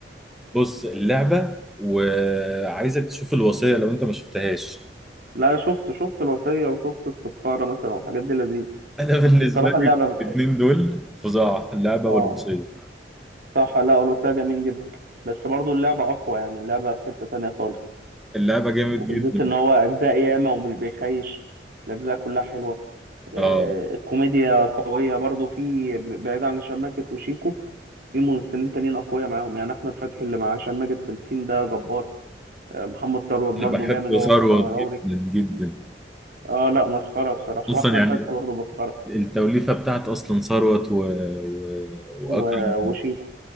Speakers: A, in the centre; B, on the right (about 60°).
A: بص اللعبه وعايزك تشوف الوصيه لو انت ما شفتهاش
B: لا شفت شفت الوصية وشفت السفارة مثلا والحاجات دي لذيذ
A: انا
B: بس
A: بالنسبه
B: بصراحة اللعبة
A: لي الاثنين دول فظاع اللعبه
B: اه
A: والوصيه
B: صح لا الوصية جميل جدا بس برضو اللعبة أقوى يعني اللعبة في حتة تانية خالص
A: اللعبه جامد
B: وبالذات
A: جدا
B: إن هو أجزاء ياما ومش بيخيش الأجزاء كلها حلوة آه
A: اه
B: الكوميديا قوية برضو في بعيد عن هشام ماجد وشيكو في ممثلين تانيين أقوياء معاهم يعني أحمد فتحي اللي مع هشام ماجد في التيم ده جبار آه محمد ثروت برضو
A: انا بحب
B: جامد هو
A: ثروت
B: وسامي غوري
A: جدا جدا
B: اه لا مسخرة بصراحة
A: اصلا
B: وأحمد
A: يعني
B: فتحي برضو مسخرة
A: التوليفه بتاعت اصلا ثروت و... و... واكرم
B: و- وشيكو